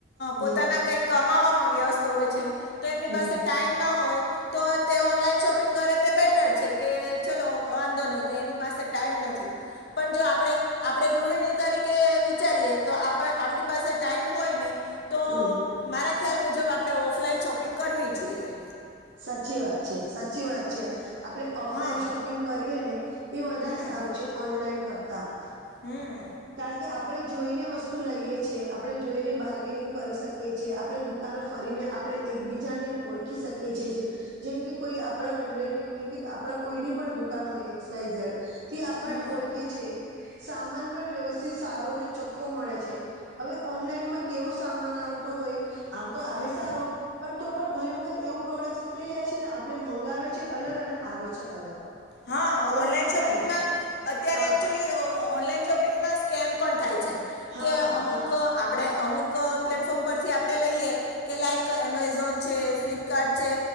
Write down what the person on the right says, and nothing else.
હમ
હમ
હમ
સાચી વાત છે સાચી વાત છે આપડે ઓફલાઈન
શોપિંગ કરીએ ને એ વધારે
સારું છે ઓનલાઈન કરતાં
કારણ કે આપણેે જોઈને વસ્તુ લઈએ. આપણે જોઈને બારગેનિંગ કરી શકીએ. કે છે આપણે દુકાનો ફરીને આપણે એકબીજાને ઓળખી શકીએ. <unintelligible> જેમ કે કોઈ આપણા રિલેટિવની કે આપણા કોઈની પણ દુકાન હોય એક્સ વાય ઝેડ થી આપણને
ઓળખે સામાન પણ વ્યવસ્થિત સારો ચોખ્ખો મળે છે. હવે ઓનલાઈનમાં કેવો સામાન આવતો હોય. આમ તો આવે
સારો પણ તો પણ ઘણી વખત એવું. પ્રોડક્ટ નીકળી જાય છે ને આપણે મંગાવે છે અલગ અને આવે છે અલગ.
એવું
પણ
થાય છે
હા
હા
હા
આપ